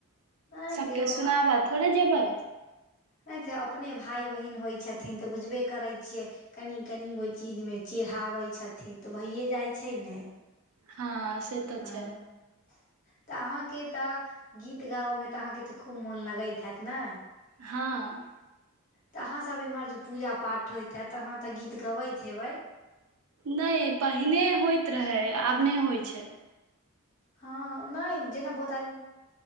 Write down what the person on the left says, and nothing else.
नहि
दियौ
नय तऽ अपने भाय बहिन होइ छथिन तऽ बुझबे करै छियै कनि कनि गो चीज मे चिढ़ाबैत छथिन तऽ भइए जाइ छै ने
हँ
तऽ अहाँके तऽ गीत गाबऽ मे तऽ अहाँके तऽ खूब मोन लगैत हैत ने
तऽ अहाँ सभ एम्हर जे पूजा पाठ होइत हेतऽ अहाँ तऽ गीत गबैत हेबै
हँ नय जेना बहुत आदमी